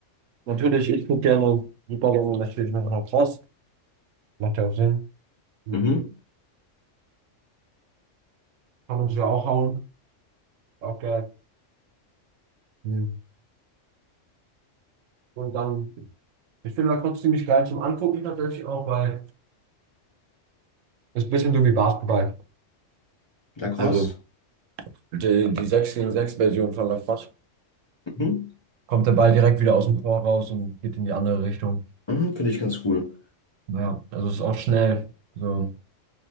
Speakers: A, on the right; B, on the left.
A: Natürlich, ich gucke gerne, super gerne natürlich noch Lacrosse. Macht ja auch Sinn. Mhm.
B: Mhm.
A: Kann man sich ja auch hauen. Auch geil. Mhm. Und dann, ich finde Lacrosse ziemlich geil zum Angucken tatsächlich auch, weil es ist ein bisschen so wie Basketball.
B: Lacrosse?
A: Also die, die 6 gegen 6 Version von Lacrosse.
B: Mhm.
A: Kommt der Ball direkt wieder aus dem Tor raus und geht in die andere Richtung.
B: Mhm. Finde ich ganz cool.
A: Ja, also es ist auch schnell. So,